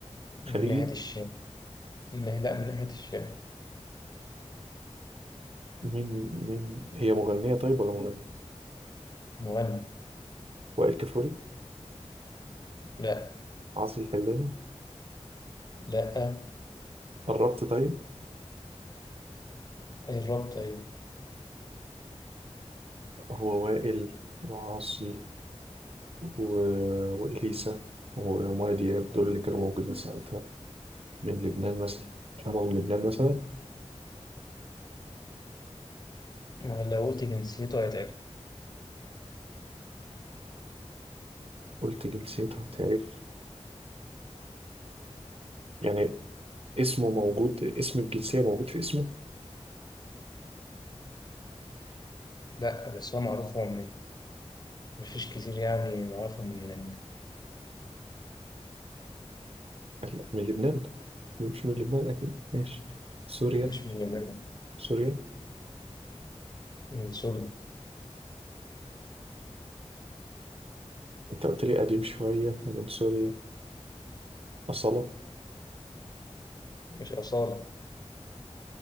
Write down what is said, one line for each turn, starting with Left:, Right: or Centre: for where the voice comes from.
Right: خليجي
Left: من ناحية الشعر من ناحية لا من ناحية الشعر
Right: مين مين هي مغنية طيب ولا مغني
Left: مغني
Right: وائل كفوري
Left: لا
Right: عاصي الحلاني
Left: لا
Right: قربت طيب
Left: أي الربط أيوة
Right: هو وائل وعاصي و... وإليسا و- ومايا دياب دول اللي كانوا موجودين ساعتها من لبنان مثلا هما من لبنان مثلا
Left: ما لو قلت جنسيته هيتعرف
Right: قلت جنسيتها هتعرف يعني اسمه موجود اسم الجنسية موجود في اسمه
Left: لا بس هو معروف هو منين مفيش كتير يعني نعرفهم من هناك
Right: أكيد من لبنان مش من لبنان أكيد ماشي سوريا
Left: مش من اليمن
Right: سوريا
Left: من سوريا
Right: أنت قلت لي قديم شوية أنا من سوريا أصالة
Left: مش أصالة